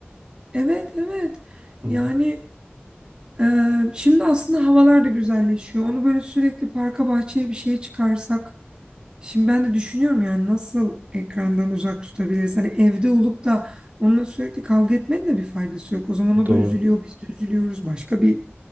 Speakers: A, on the right; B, on the right.
A: Evet, evet.
B: Hı
A: Yani
B: hı.
A: e, şimdi aslında havalar da güzelleşiyor. Onu böyle sürekli parka, bahçeye bir şeye çıkarsak Şimdi ben de düşünüyorum yani nasıl ekrandan uzak tutabiliriz? Hani evde olup da onunla sürekli kavga etmenin de bir faydası yok. O zaman o
B: Doğru.
A: da üzülüyor, biz de üzülüyoruz. Başka bir